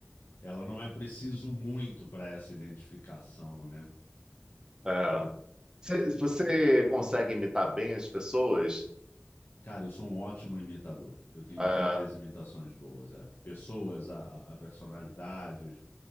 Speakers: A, on the left (about 60°); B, on the right (about 20°).
A: ela não é preciso muito para essa identificação, né?
B: É. Cê- Você consegue imitar bem as pessoas?
A: Cara, eu sou um ótimo imitador. Eu tenho
B: É,
A: várias imitações boas, é. Pessoas, a, a- a personalidades.